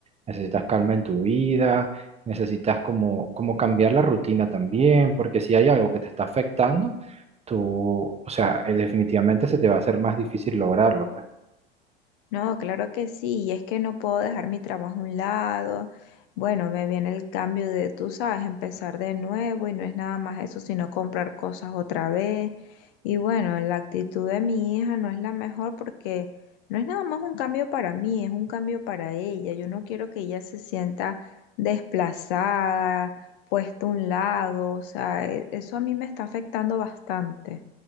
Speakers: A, on the right; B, on the left.
A: Necesitas calma en tu vida necesitas como, como cambiar la rutina también, porque si hay algo que te está afectando, tú, o sea, eh, definitivamente se te va a hacer más difícil lograrlo, pues.
B: No, claro que sí, y es que no puedo dejar mi trabajo a un lado. Bueno, me viene el cambio de, tú sabes, empezar de nuevo y no es nada más eso, sino comprar cosas otra vez. Y bueno, la actitud de mi hija no es la mejor porque no es nada más un cambio para mí, es un cambio para ella. Yo no quiero que ella se sienta desplazada, puesta a un lado, o sea, e- eso a mí me está afectando bastante.